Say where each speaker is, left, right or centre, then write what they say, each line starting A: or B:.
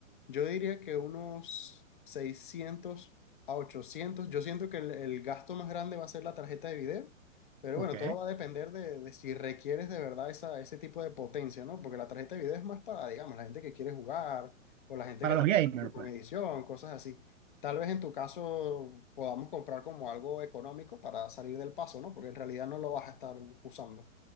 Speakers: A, on the left; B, on the right.
A: yo diría que unos 600 a 800. Yo siento que el, el gasto más grande va a ser la tarjeta de video, pero
B: ¿ok?
A: bueno, todo va a depender de, de si requieres de verdad esa, ese tipo de potencia, ¿no? Porque la tarjeta de video es más para, digamos, la gente que quiere jugar o la gente
B: Para
A: que
B: los
A: trabaja
B: gamers,
A: con
B: pues.
A: edición, cosas así. Tal vez en tu caso podamos comprar como algo económico para salir del paso, ¿no? Porque en realidad no lo vas a estar usando.